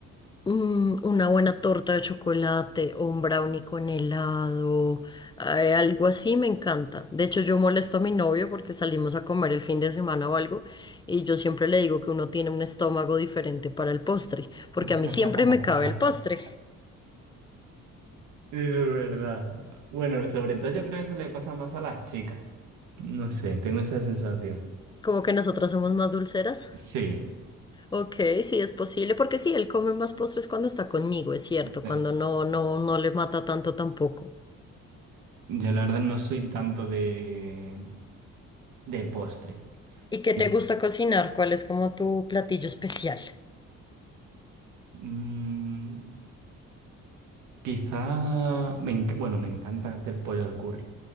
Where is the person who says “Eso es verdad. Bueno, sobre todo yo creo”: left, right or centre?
Right